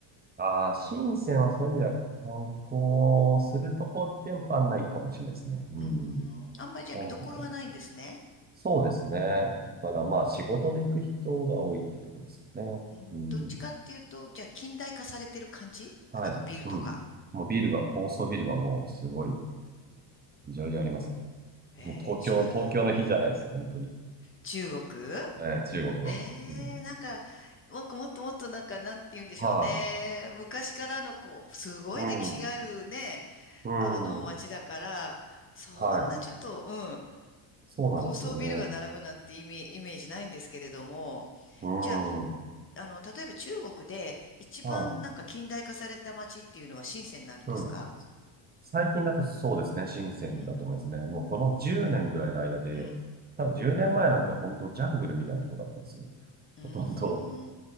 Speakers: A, on the right; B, on the left.
A: ああ、深センはそういう意味では観光するとこではないかもしれないですね。うん。
B: うーん、あんまりじゃあ見どころはないんですね。
A: なるほど。そうですね。だからまあ仕事で行く人が多いってとこですかね。
B: うん、
A: うん。
B: どっちかっていうと、じゃあ近代化されてる感じあ、
A: はい。
B: なんかビルとか。
A: うん。もうビルが、高層ビルがもうすごい、うじゃうじゃありますね。
B: えー、
A: もう東京、
B: 中、
A: 東京の日じゃないですよ、本当に。
B: 中国
A: えー中国は。
B: へ
A: うん。
B: えなんか、なんかもっともっとなんか、なんて言うんでしょうね。
A: は
B: 昔からのこう、すごい歴史があるね、
A: い。うん。うん。
B: あの街だから、そんなちょっと、
A: はい。
B: うん、
A: そうなんですよね。
B: 高層ビルが並ぶなんて意味、イメージないんですけれども。
A: うん。
B: じゃ
A: は
B: あ、あの、例えば中国で一番なんか近代化された街っていうのは深センになるんですか
A: い。うん。最近だとそうですね、深センだと思いますね。
B: うーん、
A: もうこの10年ぐらいの間で、
B: うん、
A: 多分10年前なんか本当ジャングルみたいなとこだったんですよ。
B: うー
A: ほとんど
B: ん、